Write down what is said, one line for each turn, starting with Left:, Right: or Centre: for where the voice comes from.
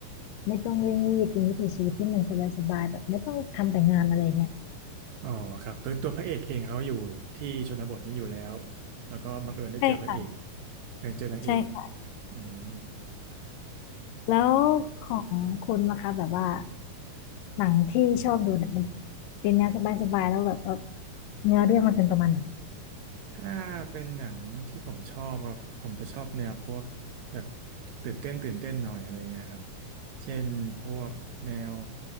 Left: ไม่ต้องเร่งรีบเป็นวิถีชีวิตที่มันสบายๆแบบไม่ต้องทำแต่งานอะไรเงี้ย
Right: อ๋อครับคือตัวพระเอกเองเขาอยู่ที่ชนบทนี้อยู่แล้วแล้วก็บังเอิญได้เจอพระเอก
Left: ใช่ค่ะ
Right: เออเจอนางเอก
Left: ใช่ค่ะ
Right: อืม
Left: แล้วของคุณนะคะแบบว่าหนังที่ชอบดูเนี่ยมันเป็นแนวสบายๆแล้วแบบว่าเนื้อเรื่องมันเป็นประมาณไหน
Right: ถ้าเป็นหนังที่ผมชอบครับผมจะชอบแนวพวกแบบตื่นเต้นตื่นเต้นหน่อยอะไรเงี้ยครับเช่นพวกแนว